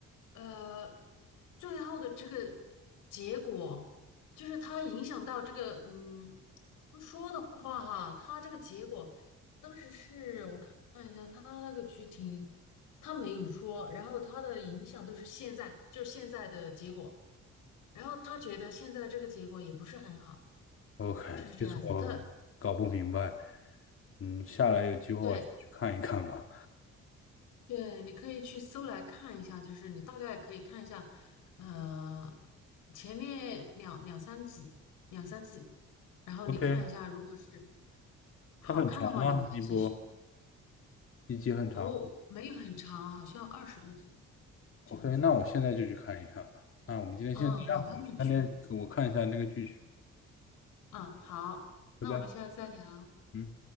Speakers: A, on the left; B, on the left.
A: 呃，最后的这个结果，就是它影响到这个，嗯，不说的话哈，它这个结果，当时是我看了一下它那个剧情，它没有说，然后它的影响都是现在，就是现在的结果。然后他觉得现在这个结果也不是很好，
B: OK，
A: 就是这样子。
B: 这次我搞不明白，
A: 他
B: 嗯，下来有机会我再去看一看吧。
A: 对对，你可以去搜来看一下，就是你大概可以看一下，呃，前面两两三集，两三集，然后你看一下，
B: OK，
A: 如果是好看的话，
B: 它很长吗？
A: 你可以继续。
B: 一波一集很长。
A: 不，没有很长，好像二十多集
B: OK，
A: 这样子。
B: 那我现在就去看一看吧。那我们今天先这样，
A: 嗯，好的，
B: 我去看电，
A: 你去吧。
B: 我看一下那个剧去，
A: 嗯，好，那我们下次再聊。
B: 拜拜。嗯。